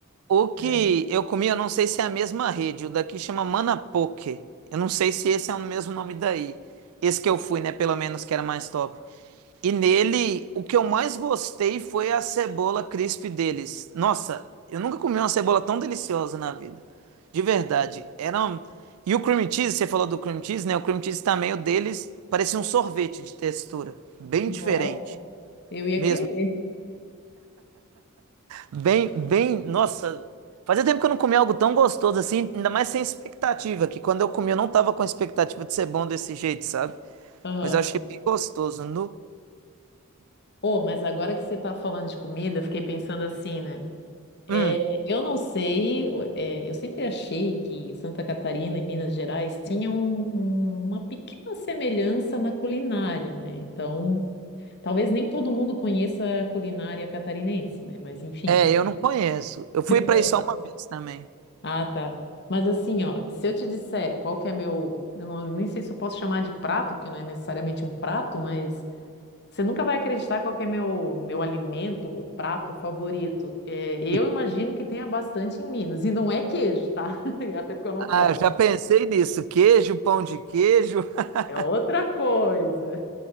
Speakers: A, on the right; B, on the left.
A: O que
B: É.
A: eu comi, eu não sei se é a mesma rede. O daqui chama Manapoque. Eu não sei se esse é o mesmo nome daí. Esse que eu fui, né? Pelo menos que era mais top. E nele, o que eu mais gostei foi a cebola crisp deles. Nossa, eu nunca comi uma cebola tão deliciosa na vida. De verdade. Era um- E o cream cheese, você falou do cream cheese, né? O cream cheese também, o deles, parecia um sorvete de textura. Bem
B: Nossa,
A: diferente.
B: eu ia
A: Mesmo.
B: querer.
A: Bem, bem, nossa, fazia tempo que eu não comia algo tão gostoso assim, ainda mais sem expectativa, que quando eu comi eu não tava com expectativa de ser bom desse jeito, sabe?
B: Aham.
A: Mas eu achei bem gostoso, nu.
B: Oh, mas agora que você tá falando de comida, eu fiquei pensando assim, né? É,
A: Hum,
B: eu não sei, é, eu sempre achei que Santa Catarina e Minas Gerais tinham um- um- uma pequena semelhança na culinária, né? Então, talvez nem todo mundo conheça a culinária catarinense, né? Mas enfim.
A: é, eu não conheço. Eu fui pra
B: É.
A: aí só uma vez também.
B: Ah, tá. Mas assim, ó, se eu te disser qual que é meu, eu não, nem sei se eu posso chamar de prato, porque não é necessariamente um prato, mas Você nunca vai acreditar qual que é meu, meu alimento ou prato favorito. É, eu
A: E,
B: imagino que tenha bastante em Minas. E não é queijo, tá? <laughs> Até porque eu não
A: ah,
B: posso.
A: já pensei nisso, queijo, pão de queijo, <laughs>
B: É outra coisa.